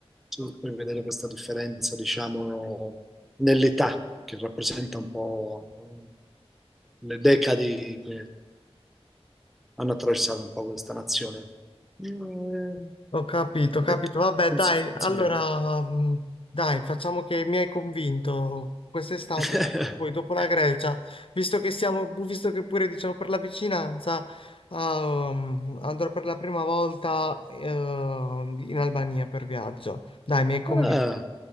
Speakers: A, in the centre; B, on the left.
A: tu puoi vedere questa differenza, diciamo, nell'età, che rappresenta un po', no, le decadi che hanno attraversato un po' questa nazione. Mm,
B: Ho capito, ho capito.
A: ecco,
B: Vabbè,
A: consig-
B: dai, allora,
A: consigliamo.
B: mh, dai, facciamo che mi hai convinto quest'estate,
A: <laughs>
B: poi dopo la Grecia, visto che siamo, visto che pure diciamo per la vicinanza, ehm, andrò per la prima volta, ehm, in Albania per viaggio. Dai, mi hai convinto.
A: Eh,